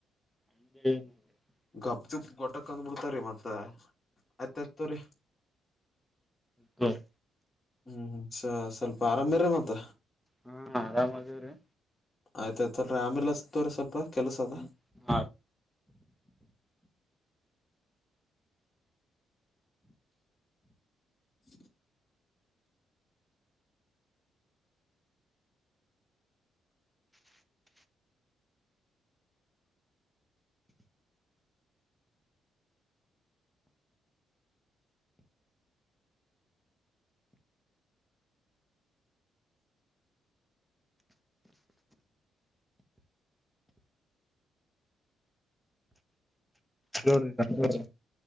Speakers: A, in the centre; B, on the left.
A: ಹ
B: ಗಪ್ ಚುಪ್ ಗಟ್ಟಕ್ ಕಂದ್ ಬಿಿಡ್ತಾರೀ ಮತ್ತ ಆಯ್ತ ಆಯ್ತರಿ
A: ಕ್ಕರ್
B: ಹ್ಮ್ ಹ್ಮ್ ಸ ಸ್ವಲ್ಪ ಆರಾಮ್ಯ್ರ ಮತ್ತ
A: ಹಾ ಆರಾಮ್ದೇವ್ರೀ
B: ಆಯ್ತಾಯಯ್ತ್ರರಿ ಆ್ಯಂಬುಲೆನ್ಸ್ ತೋ್ರ ಸ್ವಲ್ಪ ಕೆಲಸ ಅದ
A: ್ಮ ಹ
B: <inaudible>
A: ಜೋ್ರೋ